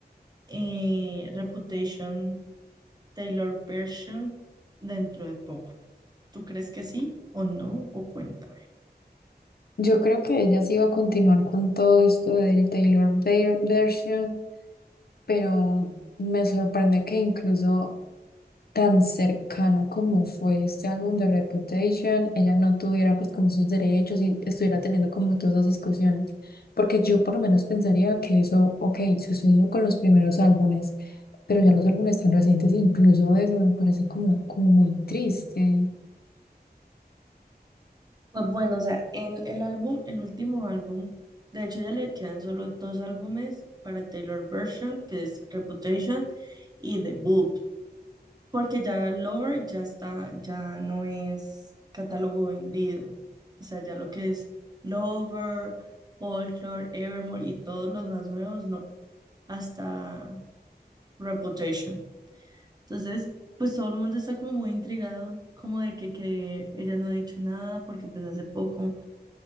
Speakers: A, on the right (about 25°); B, on the left (about 65°).
A: eh, Reputation Taylor Version dentro de poco. ¿Tú crees que sí o no? O cuéntame.
B: Yo creo que ella sí iba a continuar con todo esto del Taylor Ver- version, pero me sorprende que incluso tan cercano como fue este álbum de Reputation, ella no tuviera pues como sus derechos y estuviera teniendo como todas esas discusiones, porque yo por lo menos pensaría que eso, ok, sucedió con los primeros álbumes, pero ya los álbumes tan recientes, incluso eso me parece como, como muy triste.
A: Pues bueno, o sea, el, el álbum, el último álbum, de hecho ya le quedan solo dos álbumes para Taylor Version, que es Reputation y Debut, porque ya Lover ya está, ya no es catálogo vendido. O sea, ya lo que es Lover, Folklore, Evermore y todos los más nuevos, no, hasta Reputation. Entonces, pues todo el mundo está como muy intrigado, como de que, que ella no ha dicho nada, porque pues hace poco